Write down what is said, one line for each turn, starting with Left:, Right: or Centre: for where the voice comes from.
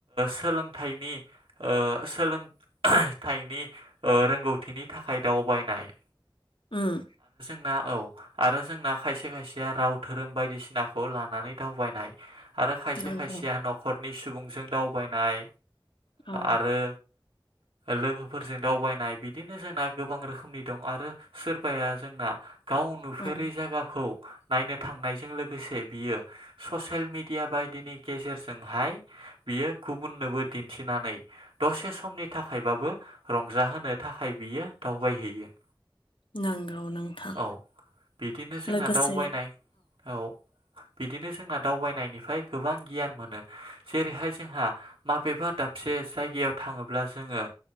Right: सोलोंथाइनि ओ सोलोंथाइनि ओ रोंगौथिनि नि थाखाय दावबायनाय
Left: ओम
Right: ना औ आरो जोंना खायसे खायसेया राव धोरोम बायदिसिनाखौ लानानै दावबायनाय आरो खायसे
Left: नंगौ
Right: खायसेया न'खरनि सुबुंजों दावबायनाय
Left: औ
Right: आरो लोगोफोरजों दावबायनाय बिदिनो जोंना गोबां रोखोमनि दं आरो सोरबाया जोंना गाव नुफेरै
Left: औ
Right: जायगाखौ नायनो थांनायजों लोगोसे बियो ससियेल मेडिया बायदिनि गेजेरजोंहाय बियो गुबुननोबो दिन्थिनानै दसे समनि थाखायबाबो रंजाहोनो थाखाय बियो दावबायहैयो
Left: नंगौ नोंथां
Right: औ बिदिनो जोंना
Left: लोगोसे
Right: दावबायनाय औ बिदिनो जोंना दावबायनायनिफ्राय गोबां गियान मोनो जेरैहाय जोंहा माबेबा दाबसे से जायगायाव थाङोब्ला जोङो